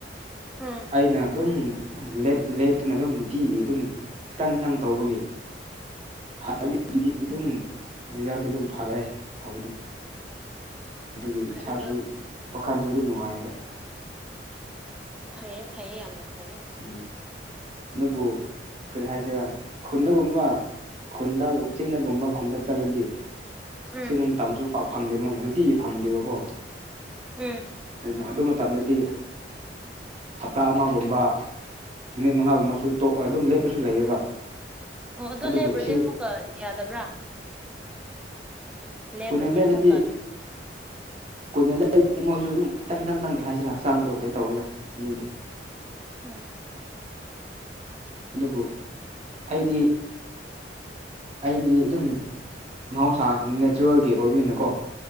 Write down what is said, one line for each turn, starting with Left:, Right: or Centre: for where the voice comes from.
Centre: ꯎꯝ
Right: ꯑꯩꯅ ꯑꯗꯨꯝ ꯂꯦꯞ ꯂꯦꯞꯇꯅ ꯑꯗꯨꯝ ꯅꯨꯡꯇꯤꯒꯤ ꯑꯗꯨꯝ ꯈꯤꯇꯪ ꯈꯤꯇꯪ ꯇꯧꯕꯒꯤ ꯍꯟꯅꯗꯒꯤꯗꯤ ꯑꯗꯨꯝ ꯔꯤꯖꯜꯁꯦ ꯑꯗꯨꯝ ꯐꯔꯦ ꯐꯕꯗꯤ ꯑꯗꯨꯒꯤ
Centre: ꯐꯔꯦ
Right: ꯏꯁꯥꯁꯨ
Centre: ꯑꯗꯣ
Right: ꯋꯥꯈꯜꯁꯨ ꯑꯗꯨꯝ ꯅꯨꯡꯉꯥꯏꯕ
Centre: ꯐꯩꯌꯦ ꯐꯩꯌꯦ ꯌꯥꯝꯅ ꯐꯩꯌꯦ
Right: ꯎꯝ ꯑꯗꯨꯕꯨ ꯀꯔꯤ ꯍꯥꯏꯁꯤꯔ ꯈꯨꯟꯗꯒꯨꯝꯕ ꯈꯨꯟꯗꯒꯨꯝ ꯆꯤꯡꯗꯒꯨꯝꯕ ꯈꯨꯟꯗ ꯆꯠꯂꯗꯤ
Centre: ꯎꯝ
Right: ꯁꯤꯒꯨꯝꯕ ꯃꯇꯝꯁꯨ ꯄꯥꯛ ꯐꯪꯗꯦꯕ ꯅꯨꯡꯇꯤꯒꯤ ꯐꯪꯗꯦꯕꯀꯣ
Centre: ꯎꯝ
Right: ꯑꯗꯨꯅ ꯑꯗꯨꯃꯠ ꯇꯝꯗꯗꯤ ꯍꯞꯇꯥ ꯑꯃꯒꯨꯝꯕ ꯅꯨꯃꯤꯠ ꯃꯉꯥꯒꯨꯝꯕꯁꯨ ꯇꯣꯛꯑ ꯑꯗꯨꯝ ꯂꯦꯞꯄꯁꯨ ꯂꯩꯌꯦꯕ
Centre: ꯑꯣ ꯑꯗꯨ
Right: ꯑꯗꯨꯕꯨ
Centre: ꯂꯩꯄꯨꯔꯗꯤ
Right: ꯑꯁꯤ
Centre: ꯑꯃꯨꯛꯀ ꯌꯥꯗꯕ꯭ꯔꯥ ꯂꯦꯞꯄ꯭ꯔꯗꯤ
Right: ꯀꯨꯏꯅ ꯂꯦꯞꯄꯗꯤ
Centre: ꯑꯃꯨꯛꯀ
Right: ꯀꯨꯏꯅ ꯂꯩꯔꯗꯤ ꯃꯣꯏꯁꯨ ꯑꯗꯨꯝ ꯈꯤꯇꯪꯪ ꯇꯪ ꯇꯪ ꯀꯩ ꯍꯥꯏꯁꯤꯔꯥ ꯍꯛꯆꯥꯡꯗꯣ ꯀ꯭ꯌꯤꯝ ꯇꯧꯔꯣꯏꯗ ꯑꯗꯨꯕꯨꯗꯤ
Centre: <unintelligible>
Right: ꯑꯗꯨꯕꯨ ꯑꯩꯗꯤ ꯑꯩꯗꯤ ꯑꯗꯨꯝ ꯃꯍꯧꯁꯥ ꯅꯦꯆꯔꯦꯜꯒꯤ ꯑꯣꯏꯕꯤꯅꯤꯅꯀꯣ